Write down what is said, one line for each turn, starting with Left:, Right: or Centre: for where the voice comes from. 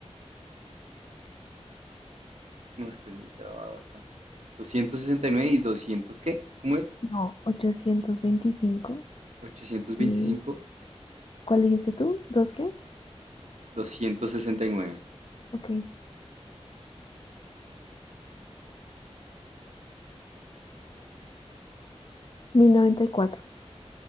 Right: No estoy muy trabado acá. doscientos sesenta y nueve y doscientos ¿qué? ¿Cómo es?
Left: No, ochocientos veinticinco
Right: ochocientos
Left: ¿Y
Right: veinticinco.
Left: cuál dijiste tú? ¿Dos qué?
Right: doscientos sesenta y nueve
Left: Ok. mil noventa y cuatro,